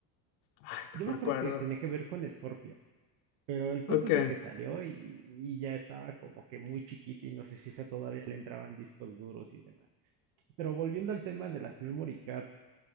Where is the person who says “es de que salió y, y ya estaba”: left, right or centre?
Right